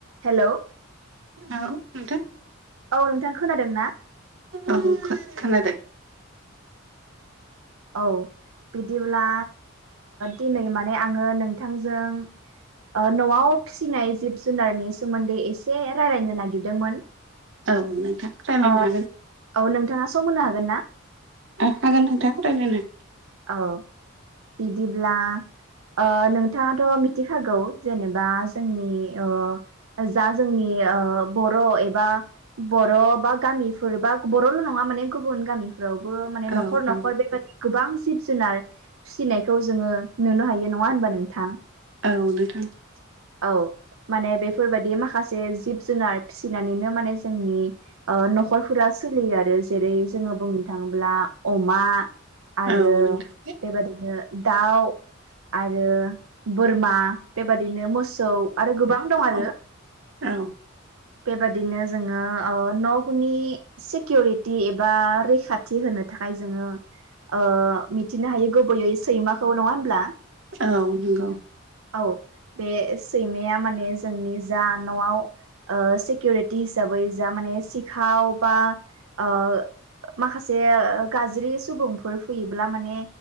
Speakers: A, on the right; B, on the right.
A: हेल'
B: औ नोंथां
A: औ नोंथां खोनादों ना?
B: औ खोनादों।
A: औ बिदिब्ला दिनै माने आङो नोंथांजों ओ न'आव फिसिनाय जिब जुनारनि सोमोन्दै एसे रायजलायनो नागिरदोंमोन।
B: औ नोंथां रायज्लायनो
A: ओ
B: हागोन।
A: औ नोंथाङा सम होनो हागोन ना?
B: हागोन नोंथां रायलायनो।
A: औ बिदिब्ला ओ नोंथाङाथ' मिथिखागौ जेनेबा जोंनि ओ जा जोंनि बर' एबा बर' बा गामिफोर बा बर'ल' नङा माने गुबुन गामिफ्रावबो माने
B: औ
A: न'खर न'खर
B: औ
A: बेबायदि गोबां जिब जुनार फिसिनायखौ जोङो नुनो हायो नङा होनबा नोंथां?
B: औ नोंथां
A: औ माने बेफोरबायदि माखासे जिब जुनार फिसिनानैनो माने जोंनि ओ न'खरफोरा सोलियो आरो जेरै जोङो बुंनो थाङोब्ला अमा आरो
B: औ नोंथां
A: बेबादिनो दाउ आरो बोरमा बेबादिनो मोसौ औ आरो गोबां दं आरो।
B: औ औ
A: बेबादिनो जोङो न'फोरनि सिकिउरिटि एबा रैखाथि होनो थाखाय जोङो ओ मिथिनो हायो गुबैयै सैमाखौ नङा होनब्ला?
B: औ नंगौ।
A: औ बे सैमाया माने जोंनि जा न'आव ओ सिकिरिटि हिसाबै जा माने सिखाव बा ओ माखासे गाज्रि सुबुंफोर फैयोब्ला माने